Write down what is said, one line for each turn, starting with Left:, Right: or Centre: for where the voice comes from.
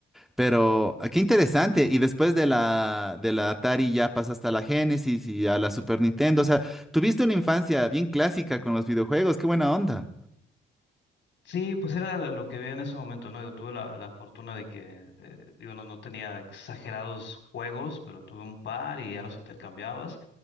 Centre: Pero ah, qué interesante. Y después de la, de la Atari ya pasaste a la Genesis y a la Super Nintendo. O sea, tuviste una infancia bien clásica con los videojuegos. Qué buena onda.
Left: Sí, pues era lo lo que vi en ese momento, ¿no? Yo tuve la, la fortuna de que, eh, digo, no, no tenía exagerados juegos, pero tuve un par y ya los intercambiabas.